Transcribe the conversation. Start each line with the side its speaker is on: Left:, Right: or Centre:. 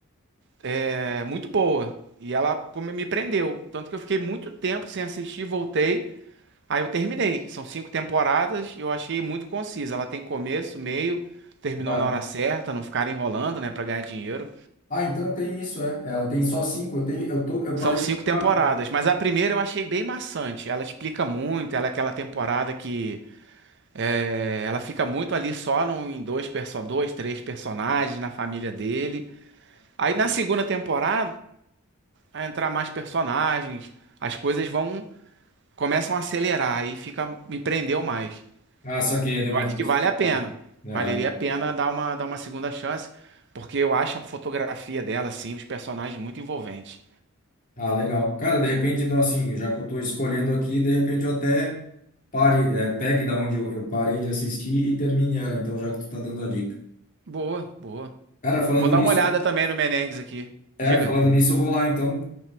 Right: é, muito boa. E ela pô, me me prendeu. Tanto que eu fiquei muito tempo sem assistir, voltei. Aí eu terminei. São cinco temporadas e eu achei muito concisa. Ela tem começo, meio, terminou
Left: Ah,
Right: na hora certa, não ficar enrolando, né, Pra ganhar dinheiro.
Left: Ah, então tem isso, é. Ela tem só cinco, eu tenho, eu tô, eu
Right: São
Left: parei
Right: cinco
Left: na quarta.
Right: temporadas, mas a primeira eu achei bem maçante. Ela explica muito, ela é aquela temporada que é, ela fica muito ali só no, em dois, perso dois, três personagens na família dele. Aí na segunda temporada, vai entrar mais personagens, as coisas vão começam a acelerar e fica me prendeu mais.
Left: Ah, saquei, deu
Right: Eu
Left: uma
Right: acho
Left: diversificada.
Right: que vale a pena.
Left: Aham.
Right: Valeria a pena dar uma, dar uma segunda chance, porque eu acho a fotografia dela, assim, os personagens muito envolventes.
Left: Ah, legal. Cara, de repente, então, assim, já que eu estou escolhendo aqui, de repente eu até pare, eh, pegue da onde eu, eu parei de assistir e termine ela, então, já que tu tá dando a dica.
Right: Boa, boa.
Left: Cara, falando
Right: Eu vou dar
Left: nisso,
Right: uma olhada também no Menengues aqui.
Left: é,
Right: Diga.
Left: falando nisso, eu vou lá, então,